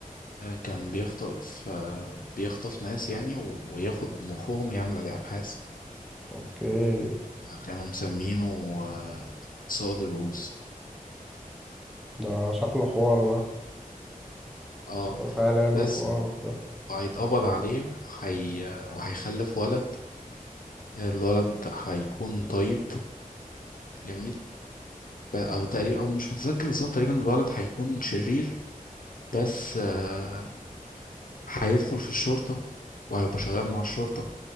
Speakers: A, on the left; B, in the centre.
A: آه كان بيخطف آه بيخطف ناس يعني و- وياخد مخهم يعمل عليه أبحاث
B: اوكي
A: كانوا مسمينه آه سود الروس
B: ده شكله حوار ده
A: اه
B: شكله خيال علمي
A: بس
B: حوار وبتاع
A: وهيتقبض عليه وهي... وهيخلف ولد الولد هيكون طيب جميل ب- او تقريبا او مش متذكر بالظبط تقريبا الولد هيكون شرير بس آه، هيدخل في الشرطة وهيبقى شغال مع الشرطة